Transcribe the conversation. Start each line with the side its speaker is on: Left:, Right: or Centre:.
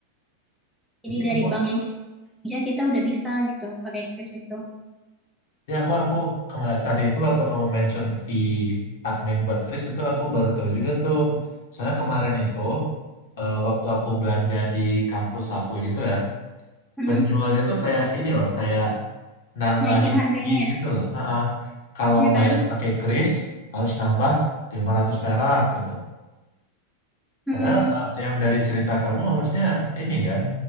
Centre: Jadi
Left: jadi
Centre: dari
Left: aku
Centre: bank yang kita kerja kita udah bisa gitu pakai kris itu.
Left: ya aku aku kema- tadi itu waktu kamu mention fee admin buat Chris itu aku baru tahu juga tuh soalnya kemarin itu eh, waktu aku belanja di kampus aku gitu kan
Centre: Hmm,
Left: penjualnya tuh kayak ini loh kayak nambahin
Centre: naikin harganya
Left: fee
Centre: ya,
Left: gitu loh Ha-ha. kalau
Centre: ya
Left: bayar
Centre: kan?
Left: pakai Kris harus nambah 500 perak gitu
Centre: Hmm,
Left: Padahal eh, yang dari cerita kamu harusnya ini kan